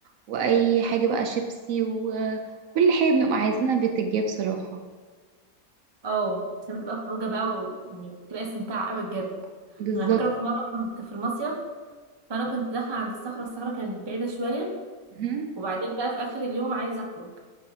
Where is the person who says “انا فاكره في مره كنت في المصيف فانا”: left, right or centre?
Right